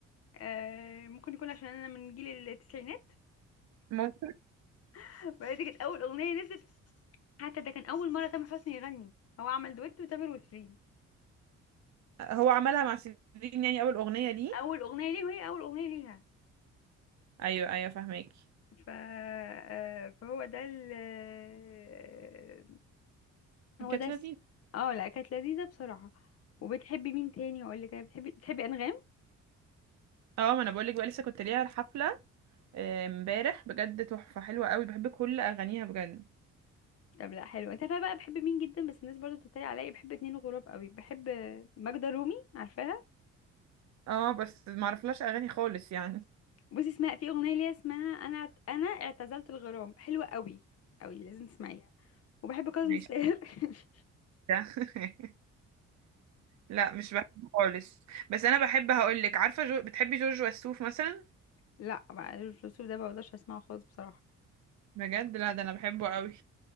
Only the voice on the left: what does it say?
آه ممكن يكون عشان انا من جيل التسعينات
<laughs> بعدين دي كانت اول اغنيه نزلت حتى ده كان اول مره تامر حسني يغني هو عمل دويتو تامر وشيرين
اول اغنيه ليه وهي اول اغنيه ليها
ف... آه، فهو ده ال... آه، هو
ده الس-
اه لا كانت لذيذه بصراحه وبتحبي مين تاني اقول لك بتحبي بتحبي انغام
طب لا حلو انت عارفه بقى بحب مين جدا بس الناس برضو بتتريق عليا بحب اتنين غراب قوي بحب ماجدة رومي عارفاها
بصي اسمها في اغنيه ليها اسمها انا اعت- انا اعتزلت الغرام حلوه قوي قوي لازم تسمعيها وبحب كاظم
الساهر <laughs>
لا بقى الرسول ده ما بقدرش اسمعه خالص بصراحه